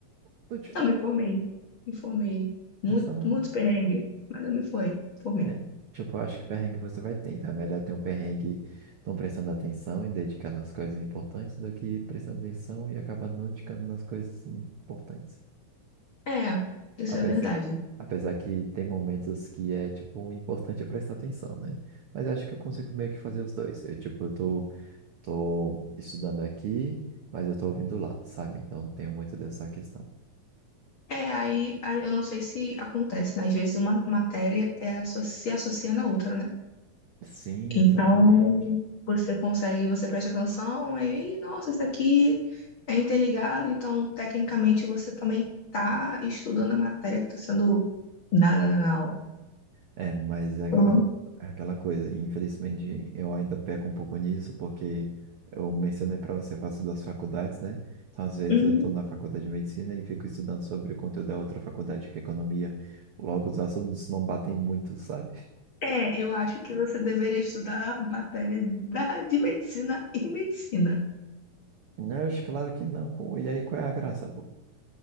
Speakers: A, on the right; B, on the left.
A: Tô te falando.
B: não me formei. Me formei.
A: Essa,
B: Muito, muito perrengue, mas eu me fui, formei.
A: é, tipo, eu acho que perrengue você vai ter, então é melhor ter um perrengue não prestando atenção e dedicar nas coisas importantes do que prestando atenção e acabar não dedicando nas coisas importantes.
B: É, isso
A: Apesar,
B: é verdade.
A: apesar que tem momentos que é, tipo, o importante é prestar atenção, né? Mas acho que eu consigo meio que fazer os dois. Eu, tipo, eu tô, tô estudando aqui, mas eu tô ouvindo lá, sabe? Então tenho muito dessa questão.
B: É, aí, aí eu não sei se acontece, né? Às vezes uma matéria é, asso- se associa na outra, né?
A: Sim,
B: Então,
A: exatamente.
B: você consegue, você presta atenção, aí, "Ih, nossa, isso aqui é interligado, então, tecnicamente, você também tá estudando a matéria que está sendo dada na na aula.
A: É, mas é aquela,
B: Então,
A: é aquela coisa. Infelizmente, eu ainda peco um pouco nisso, porque eu mencionei para você, eu faço duas faculdades, né? Então, às vezes,
B: uhum.
A: eu estou na faculdade de medicina e fico estudando sobre o conteúdo da outra faculdade, que é economia. Logo, os assuntos não batem muito, sabe?
B: É, eu acho que você deveria estudar matéria da, de medicina e medicina.
A: Não, acho claro que não. co- E aí, qual é a graça? pô?